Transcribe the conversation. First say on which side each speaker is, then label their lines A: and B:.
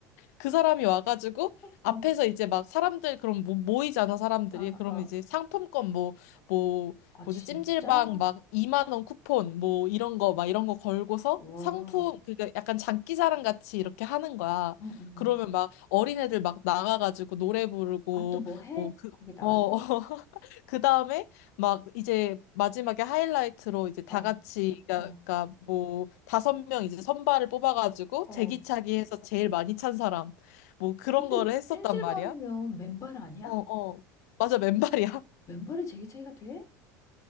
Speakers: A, on the left; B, on the left.
A: 그 사람이 와가지고
B: 어,
A: 앞에서 이제 막 사람들 그럼 모, 모이잖아 사람들이
B: 아,
A: 그럼
B: 아.
A: 이제 상품권 뭐 뭐
B: 아,
A: 뭐지
B: 진짜?
A: 찜질방 막 2만 원 쿠폰 뭐 이런 거 막 이런 거 걸고서
B: 와,
A: 상품 그게 약간 장기자랑 같이 이렇게 하는 거야
B: 응, 응.
A: 그러면
B: 응.
A: 막 어린애들 막 나가가지고 노래 부르고
B: 아, 또 뭐 해?
A: 뭐그어
B: 거기 나와서?
A: <laughs> 그 다음에 막 이제 마지막에 하이라이트로 이제 다
B: 어,
A: 같이 그러니까
B: 어,
A: 그러니까 뭐 다섯 명 이제 선발을 뽑아가지고
B: 어.
A: 제기차기 해서 제일 많이 찬 사람 뭐 그런
B: 근데
A: 거를 했었단
B: 찜질방이면
A: 말이야.
B: 맨발 아니야?
A: 어, 어. 맞아, 맨발이야.
B: 맨발에 제기 차이가 돼?